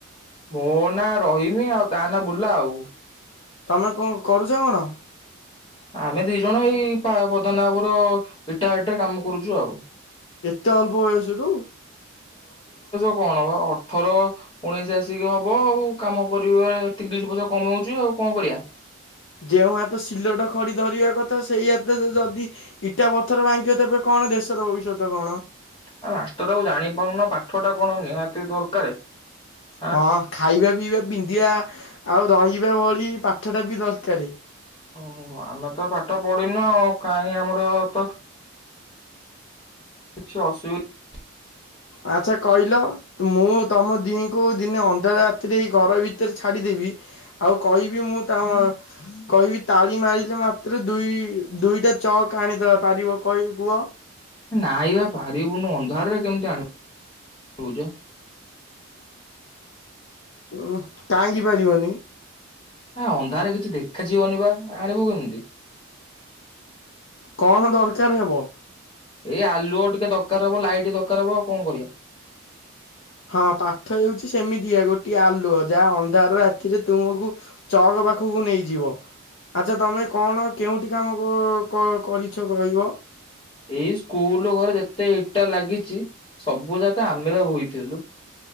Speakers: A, on the left; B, on the left.
A: ମୋ ନାଁ ରହିମି ଆଉ ତା ନାଁ ବୁଲା ଆଉ।
B: ତମେ କ କରୁଚ କଣ?
A: ଆମେ ଦିଇ ଜଣ ଏଇ ପ ପଦନା ବାବୁର ଇଟା ଭାଟିରେ କାମ କରୁଚୁ ଆଉ।
B: ଏତେ ଅଳ୍ପ ବୟସ ରୁ
A: କଣବା ଅଠର ଉଣେଇଶ ଆସିକି ହବ ଆଉ କାମ କରିବ ଏତିକି ଦିଇଶହ ପଇସା କମେଉଉଚୁ ଆଉ କଣ କରିବା।
B: ଯେଉଁ ହାତ ସିଲଟ ଖଡି ଧରିବା କଥା ସେଇ ହାତରେ ଯଦି ଇଟା ପଥର ଭାଙ୍ଗିବ ତେବେ କଣ ଦେଶର ଭବିଷ୍ୟତ କଣ?
A: ଆ ମାଷ୍ଟର ବାବୁ ଜାଣି ପାରୁନ ପାଠଟା କଣ ନିହାତି ଦରକାର? ଆଁ।
B: ହଁ ଖାଇବା ପିଇବା ପିନ୍ଧିବା ଆଉ ରହିବା ଭଳି ପାଠ ଟା ବି ଦରକାରୀ।
A: ଓହୋ ଆମେ ତ ପାଠ ପଢିନୁ ଆଉ କାହିଁ ଆମର ତ କିଛି ଅସୁବିଧା
B: ଆଚଛା କହିଲ ମୁଁ ତମ ଦିହିଁଙ୍କୁ ଦିନେ ଅନ୍ଧାର ରାତିରେଇ ଘର ଭିତରେ ଛାଡିଦେବି। ଆଉ କହିବି ମୁଁ ତା କହିବି ତାଳି ମାରିଲେ ମାତ୍ରେ ଦୁଇ ଦୁଇଟା ଚକ୍ ଆଣିଦବା ପାରିବ କହିବି କୁହ।
A: ନାଇବା ପାରିବୁନୁ ଅନ୍ଧାରରେ କେମତି ଆଣିବୁ ବୁଛ।
B: ଉ କାହିଁକି ପାରିବନି।
A: ହଁ ଧରେ କିଛି ଦେଖାଯିବନି ବା। ଆଣିବୁ କେମିତି?
B: କଣ ଦରକାର ହେବ?
A: ଏଇ ଆଲୁଅ ଟିକେ ଦରକାର ହବ ଲାଇଟ୍ ଦରକାର ହବ ଆଉ କଣ କରିବା।
B: ହଁ ପାଠ ହେଉଛି ସେମିତିଆ ଗୋଟିଏ ଆଲୁଅ ଯାହା ଅନ୍ଧାର ରାତିରେ ତୁମକୁ ଚକ ପାଖକୁ ନେଇଯିବ। ଆଚ୍ଛା ତମେ କଣ କେଉଠି କାମ କରିଛ କହିବ?
A: ଏଇ ସ୍କୁଲ ଘରେ ଯେତେ ଏଇଟ ଟା ଲାଗିଛି ସବୁ ଯାକ ଆମେ ବା ବୋହିଥିଲୁ।